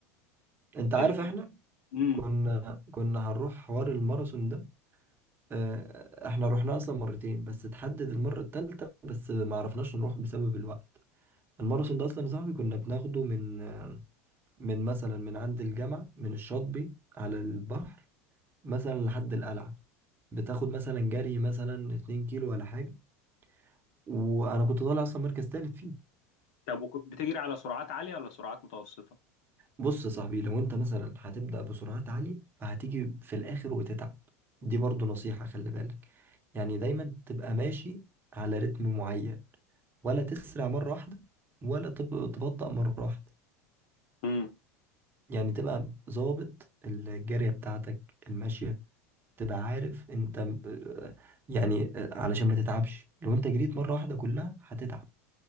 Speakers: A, on the right (about 25°); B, on the left (about 65°).
A: انت
B: ال...
A: عارف احنا
B: ال... مم.
A: كنا كنا هنروح حوار الماراثون ده اه، احنا رحنا اصلا مرتين بس اتحدد المرة التالتة بس ما عرفناش نروح بسبب الوقت الماراثون ده اصلا يا صاحبي كنا بناخده من اه، من مثلا من عند الجامعة من الشاطبي على البحر مثلا لحد القلعة بتاخد مثلا جري مثلا 2 كيلو ولا حاجة وانا كنت طالع اصلا مركز تالت فيه
B: طب وك- بتجري على سرعات عالية ولا سرعات متوسطة
A: بص يا صاحبي لو انت مثلا هتبدأ بسرعات عالية فهتيجي في الآخر وتتعب دي برضو نصيحة خلي بالك يعني دايما تبقى ماشي على رتم معين ولا تسرع مرة واحدة ولا تب- تبطأ مرة واحدة
B: امم
A: يعني تبقى ظابط الجارية بتاعتك الماشية تبقى عارف انت م- آه، يعني آه، علشان ما تتعبش لو انت جريت مرة واحدة كلها هتتعب